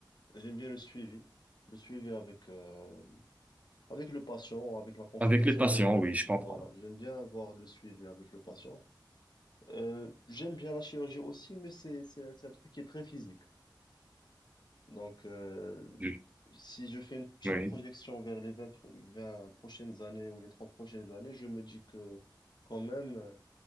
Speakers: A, on the left (about 60°); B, on the right (about 20°).
A: j'aime bien le suivi, le suivi avec euh, avec le patient, avec la consultation.
B: Avec les patients,
A: J'aime bien,
B: oui, je
A: voilà,
B: comprends.
A: j'aime bien avoir le suivi avec le patient. Euh, j'aime bien la chirurgie aussi, mais c'est, c'est, c'est un truc qui est très physique. Donc, euh,
B: Je-
A: si je fais une petite
B: oui,
A: projection vers les vingt pr- 20 prochaines années ou les 30 prochaines années, je me dis que quand même,